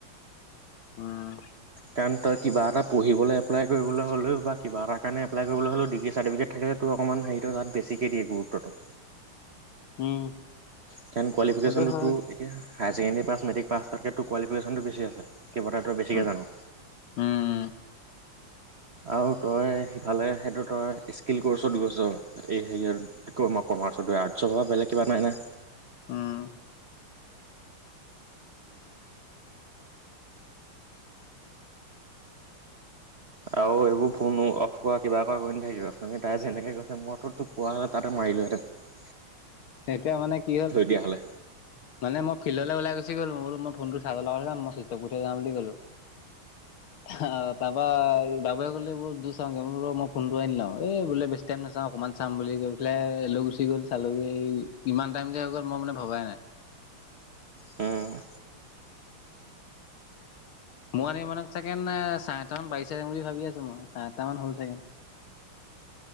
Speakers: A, on the left (about 75°); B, on the right (about 45°).
A: উম।
B: কাৰণ তই কিবা এটা পঢ়িবলে এপ্লাই কৰিবলৈ হলেও বা কিবা এটা কাৰণে এপ্লাই কৰিবলৈ হলেও ডিগ্ৰী চাৰটিফিকেট থাকিলে তোৰ অকমান হেৰিটো তাত বেছিকৈ দিয়ে গুৰুত্বটো।
A: উম।
B: কাৰণ কোৱালিফিকেশ্যনতো
A: সেইটো হয়।
B: তোৰ এতিয়া higher secondary pass matric pass কৰাটকে তোৰ কোৱালিফিকেশ্যনতো বেছি আছে। কিবা এটা ধৰ বেছিকে
A: উম,
B: জান।
A: উম।
B: আৰু তই সিফালে সেইটো তই স্কিল কৰ্চত গৈছ এই হেৰিয়ত ক আ মই কমাৰ্চত দ আৰ্টছৰ বা বলেগ কিবা নাই না।
A: উম,
B: আৰু এইবোৰ ফোনো অফ কৰা কিবা কৰা কৰি নাথাকিব অথনি তাই যেনেকে গৈছে মইোটো টোক পোৱা হ'লে তাতে মাৰিলোঁহেতে।
A: এতিয়া মানে কি হ'ল
B: দিয়া হ'লে।
A: মানে মই ফিল্ডলৈ ওলাই গুচি গলো মই বোলো মই ফোনটো চাৰ্জ লগাই থৈ যাম বুলি'লো <unintelligible> <unintelligible> অ', তাৰপা এই বাবুে কলে ব দ চাওঁ কে ৰ মই ফোনটো আনিলাও এই বোলে <unintelligible> নাওঁ অকমান চাম বুলি গৈ পেলাই লৈ গুচি গ'ল চালোঁগে। এই ইমান টাইম যে হৈ গ'ল মই মানে ভবাই নাই।
B: উম।
A: মই এনেকে মানে চাগে চাৰে আঠটা মান বাজিছে যম বুলি ভাবি আছো মই চাৰে আঠটা মান হল চাগে।